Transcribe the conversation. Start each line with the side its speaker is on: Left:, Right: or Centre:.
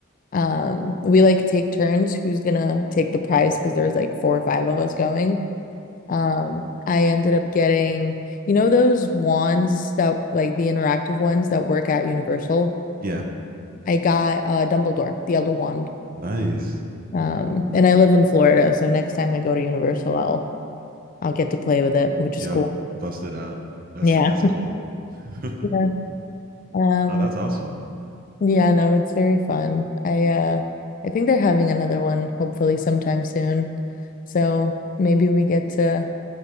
Left: um we like take turns who's gonna take the prize because there was like four or five of us going. Um I ended up getting, you know, those wands that like the interactive ones that work at Universal.
Right: Yeah.
Left: I got uh Dumbledore, the Elder Wand.
Right: Nice.
Left: Um and I live in Florida, so next time I go to Universal, I'll I'll get to play with it, which
Right: Yep.
Left: is cool.
Right: Busted out. That's
Left: Yeah.
Right: that's cool. <laughs>
Left: Yeah. Um,
Right: Oh, that's awesome.
Left: yeah, no, it's very fun. I uh I think they're having another one hopefully sometime soon. So maybe we get to